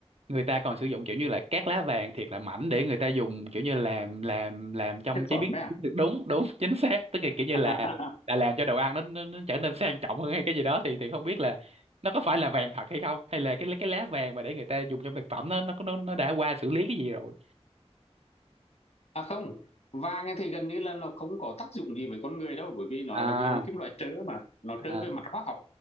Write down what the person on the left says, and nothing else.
thực
phẩm
đấy à?
<laughs>
à không vàng thì gần như là nó không có tác dụng gì với con người đâu bởi vì nó
là cái kim loại trớ mà nó
trớ về mặt hóa học